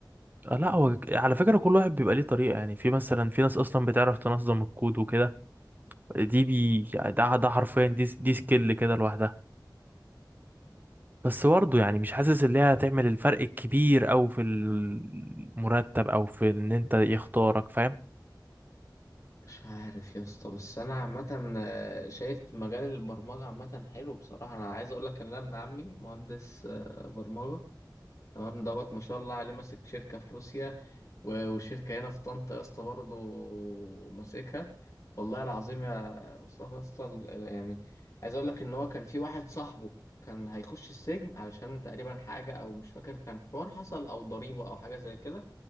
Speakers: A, on the right; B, on the left.
A: آه، لا هو ك- على فكرة كل واحد بيبقى ليه طريقة يعني في مثلا في ناس أصلا بتعرف تنظم الكود وكده دي بي يعني ده ده حرفيا دي دي سكيل كده لوحدها بس برضه
B: يعني
A: يعني مش حاسس إن هي هتعمل الفرق الكبير أوي في المرتب أو في إن أنت يختارك فاهم
B: مش عارف يا اسطى بس انا عامه آه، شايف مجال البرمجه عامه حلو بصراحه انا عايز اقول لك ان انا ابن عمي مهندس آه، برمجه تمام دوت ما شاء الله عليه ماسك شركه في روسيا و- وشركه هنا في طنطا يا اسطى برضه ماسكها والله العظيم يا مصطفى يا اسطى ال- يعني عايز اقول لك ان هو كان في واحد صاحبه كان هيخش السجن علشان تقريبا حاجه او مش فاكر كان حوار حصل او ضريبه او حاجه زي كده